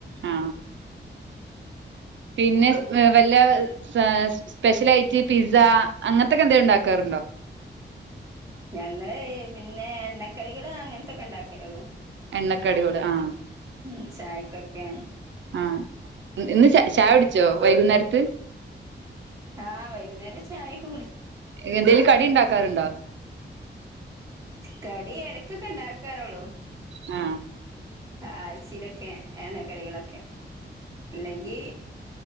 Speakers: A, on the right; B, on the right.
A: ആ പിന്നെ വല്ല സ സ്പെഷ്യൽയിട്ട് പിസ്സ അങ്ങനത്തൊക്കെ എന്തേലും ഉണ്ടാക്കാറുണ്ടോ
B: ഞങ്ങള് പിന്നെ എണ്ണക്കടികള് അങ്ങനത്തൊക്കെ ഉണ്ടാക്കലേ ഉള്ളു
A: എണ്ണക്കടിയോട് ആ
B: ഉം ചായക്കൊക്കെ
A: ആ ഇന്ന് ചാ ചായകുടിച്ചോ വൈകുന്നേരത്ത്
B: ആ വൈകുന്നേര ചായകുടി
A: എന്തെങ്കിലും കടി ഇണ്ടാക്കാറുണ്ടോ
B: കടി എടയ്ക്കൊക്കെ ഉണ്ടാക്കാറുള്ളു
A: ആ
B: ആഴ്ച്ചയിലൊക്കെ എണ്ണക്കടികളൊക്കെ ഇല്ലെങ്കി